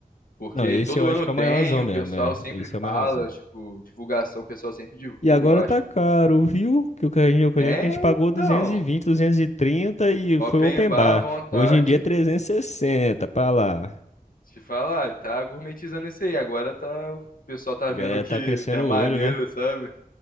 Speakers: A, on the left (about 65°); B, on the left (about 45°).
A: Porque
B: Não, esse
A: todo
B: eu acho
A: ano
B: que
A: tem,
B: é o maiorzão
A: o
B: mesmo,
A: pessoal
B: é.
A: sempre
B: Esse é o
A: fala,
B: maiorzão.
A: tipo, divulgação, o pessoal sempre divulga,
B: E agora
A: eu acho.
B: tá caro, viu? Que o carrinho, eu
A: É,
B: lembro que a gente pagou
A: então,
B: 220, 230 e trinta e
A: open
B: foi open
A: bar
B: bar.
A: à vontade,
B: Hoje em dia é 360, pra lá.
A: te falar, tá gourmetizando isso aí, agora tá, o pessoal tá
B: A
A: vendo
B: galera
A: que
B: tá crescendo
A: é
B: o
A: maneiro,
B: olho, né?
A: sabe?